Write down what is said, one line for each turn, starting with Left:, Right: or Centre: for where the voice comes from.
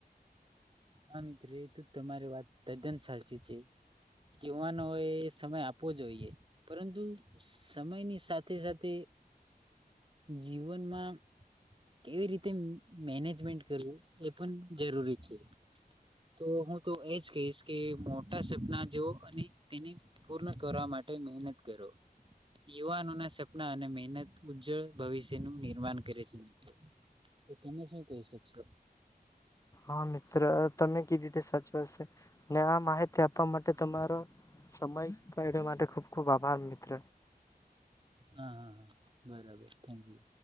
Right: હા મિત્ર એ તો તમારે વાત તદ્દન સાચી છે. કેવાનો હોય સમય આપવો જોઈએ. પરંતુ સમયની સાથે સાથે જીવનમાં કેવી રીતે મેનેજમેન્ટ કરવું એ પણ જરૂરી છે. તો હું તો એજ કહીશ કે મોટા સપના જો અને તેને પૂર્ણ કરવા માટે મહેનત કરો. યુવાનોના સપના અને મહેનત ઉજ્જવળ ભવિષ્યનું નિર્માણ કરે છે મિત્ર. તો તમે શું કહી શકશો?
Left: હા મિત્ર તમે કીધી તે સાચી વાત શે ને આ માહિતી આપવા માટે તમારો સમય કાવા માટે ખૂબ ખૂબ આભાર મિત્ર.
Right: હા હા હા બરાબર થેન્ક યુ.